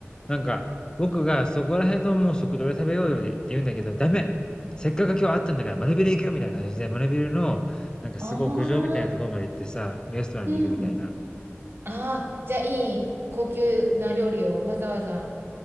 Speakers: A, on the left; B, on the right.
A: なんか、僕がそこら辺のもう食堂で食べようよって言うんだけど、ダメせっかく今日会ったんだから丸ビル行くよみたいな感じで、丸ビルの、なんかすごい屋上みたいなところまで行ってさ、
B: ああ
A: レストランに行くみたいな。
B: ー、うん。ああ、じゃあいい高級な料理をわざわざ